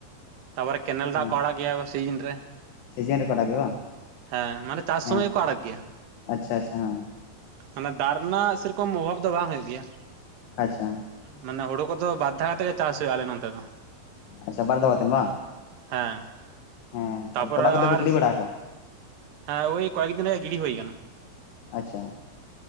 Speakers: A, on the right; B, on the left.
A: ᱛᱟᱨᱯᱚᱨᱮ ᱠᱮᱱᱮᱞ
B: ᱦᱮᱸ
A: ᱫᱟᱜ ᱠᱚ ᱟᱲᱟᱜ ᱜᱮᱭᱟ ᱥᱤᱡᱤᱱ ᱨᱮ
B: ᱥᱤᱡᱤᱱ ᱨᱮ ᱠᱚ ᱟᱲᱟᱜ ᱜᱮᱭᱟ ᱵᱟᱝ
A: ᱦᱮᱸ ᱢᱟᱱᱮ ᱪᱟᱥ
B: ᱦᱮᱸ
A: ᱥᱚᱢᱚᱭ ᱜᱮᱠᱚ ᱟᱲᱟᱜ ᱜᱮᱭᱟ
B: ᱟᱪᱪᱷᱟ ᱟᱪᱪᱷᱟ ᱦᱮᱸ
A: ᱢᱟᱱᱮ ᱫᱟᱜ ᱨᱮᱱᱟᱜ ᱥᱮᱨᱚᱠᱚᱢ ᱚᱵᱷᱟᱵ ᱫᱚ ᱵᱟᱝ ᱦᱩᱭᱩᱜ ᱜᱮᱭᱟ
B: ᱟᱪᱪᱷᱟ
A: ᱢᱟᱱᱮ ᱦᱩᱲᱩ ᱠᱚᱫᱚ ᱵᱟᱨ ᱫᱷᱟᱣ ᱠᱟᱛᱮ ᱜᱮ ᱪᱟᱥ ᱦᱩᱭᱩᱜᱼᱟ ᱟᱞᱮ ᱱᱚᱛᱮ ᱫᱚ
B: ᱟᱪᱪᱷᱟ ᱵᱟᱨ ᱫᱷᱟᱣ ᱠᱟᱛᱮ ᱵᱟᱝ
A: ᱦᱮᱸ
B: ᱦᱮᱸ
A: ᱛᱟᱯᱚᱨᱮ
B: ᱛᱟᱦᱞᱮ ᱛᱚᱞᱟ
A: ᱟᱨ
B: ᱠᱚᱫᱚ ᱯᱮ ᱜᱤᱰᱤ ᱵᱟᱲᱟᱠᱟᱜ-ᱟ᱾
A: ᱦᱮᱸ ᱳᱭ ᱠᱚᱭᱮᱠ ᱫᱤᱱ ᱨᱮᱭᱟᱜ ᱜᱤᱰᱤ ᱦᱩᱭ ᱠᱟᱱᱟ᱾
B: ᱟᱪᱪᱷᱟ